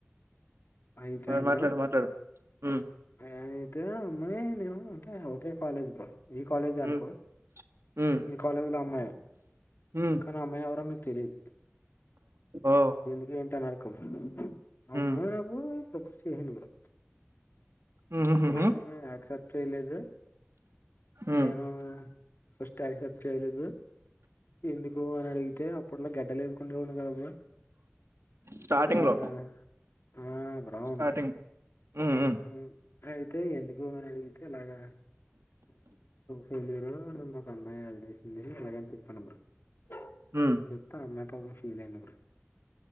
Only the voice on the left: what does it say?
అయితే
బ్రో
అయితే అమ్మాయి నేను అంతా ఒకే కాలేజ్ బ్రో ఈ కాలేజె అనుకో
మీ కాలేజీలో అమ్మాయే
కానీ అమ్మాయి ఎవరో మీకు తెలీద్
ఎందుకు ఏంటి అని అడక్కు అమ్మాయిలకు
<unintelligible> చేసింటిమి కదా
నువ్వు ఆక్సిప్టు తెలీదా
నేను
ఫస్ట్ ఆక్సెప్ట్ చేయలేదు ఎందుకు అని అడిగితే ఇప్పుట్లో గడ్డలు ఎరుకుండెవోన్ని కదా బ్రో
ఇలాగా
ఆ బ్ర అవును
బ్రో
హ్మ్ అయితే ఎందుకు అని అడిగితే అలాగా తెలిరు నమ్మకం పాయ అనేసింది ఎలాగైనా తిప్పను బ్రో <unintelligible>
పగ ఫీల్ అయింది బ్రో